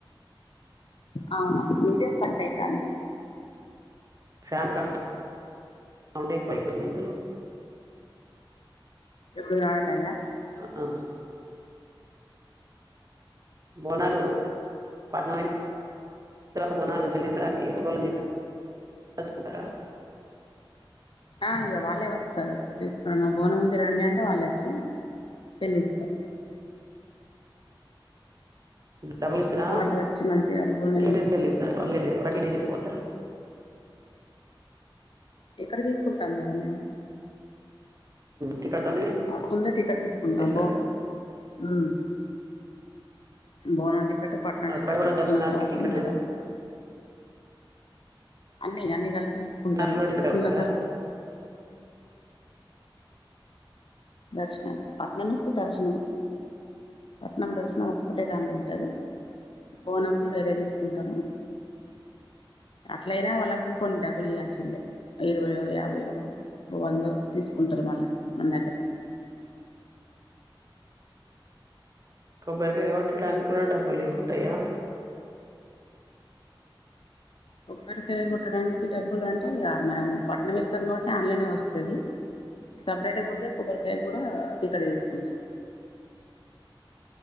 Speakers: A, on the left; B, on the right.
A: అవునా మీదే స్టక్ అయితాంది
B: ఫ్యాన్ క సౌడ్ ఎక్కువ అయితుంది అండి
A: ఎప్పుడు వినపడుతందా
B: ఆ బోనాలు పట్నం తరువాత బోనం చెలించడానికి <unintelligible> తీస్కొని <unintelligible>
A: ఆ ఇద వాళ్ళే వస్తారు బోనం ఉంది రండి అంటే వాళ్ళు వచ్చి చెల్లిస్తారు
B: డబ్బులు ఇస్తారా
A: వాళ్ళు వచ్చి మంచిగా బోనం
B: ఊటీగానే చెలించారా వల్లే మీరే చేసిపోతారా
A: ఎక్కడ తీసుకుంటాను కదా నేను
B: టికెట్తోనే
A: ముందే టికెట్ తీసుకుంటా
B: చేస్తారేమో
A: బో హ్మ్ బోనం అంటే టికెట్ పట్నం
B: అక్కడ
A: టికెట్
B: కూడా
A: తీసుకున్న
B: దర్శనానికి
A: తర్వాతని
B: టికెట్
A: కదా అన్ని అన్ని కలిపి తీసుకుంటాము
B: దర్శనానికి కూడా
A: తీసుకున్న
B: టికెట్ ఉంటుందా
A: తర్వాత దర్శనం పట్నం ఇస్తే దర్శనం పట్నం దర్శనం ఒక్కటే దగానిలో ఉంటది బోనంది వేరే తీసుకుంటాము అట్లయినా వాళ్ళకు కొన్ని డబ్బులు ఇ్యల్సిందే ఇరవైయో యాభయో వందో తీసుకుంటారు మళ్ళ మన దగ్గర
B: కొబ్బరికాయ కొట్టడానికి కూడా డబ్బులు ఉంటాయి. ఉంటాయా
A: కొబ్బరికాయ కోట్టడానికి డబ్బులు అంటే ఇ మనం పట్టణం ఇస్తాం కాబట్టి ఆన్లైన్ వస్తుంది సపరేట్గా కుడితే కొబ్బరికాయ కూడా టికెట్ తీసుకుంటాం.